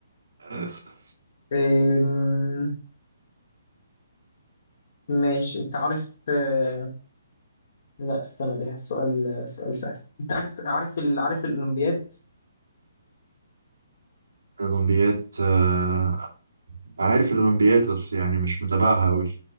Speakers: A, on the right; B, on the left.
A: ياسين.
B: آم، ماشي أنت عارف آه، لا استنى ده سؤال سؤال سهل انت عارف عارف ال... عارف الاولمبياد
A: الأولمبياد آه، عارف الأولمبياد بس يعني مش متابعها أوي